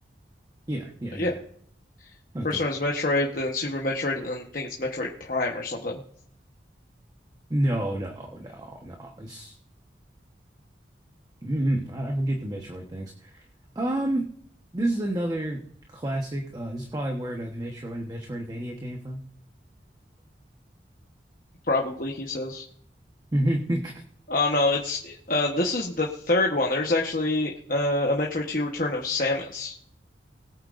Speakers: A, on the right (about 20°); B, on the left (about 50°).
A: Yeah, yeah,
B: Yeah,
A: yeah. Okay.
B: First one is Metroid, then Super Metroid, and then I think it's Metroid Prime or something.
A: No, no, no, no. It's mm, I I forget the Metroid things. Um, this is another classic. Uh, this is probably where the Metroid and Metroidvania came from.
B: Probably, he says.
A: <laughs>
B: Oh no, it's uh this is the third one. There's actually uh, a Metroid 2 Return of Samus,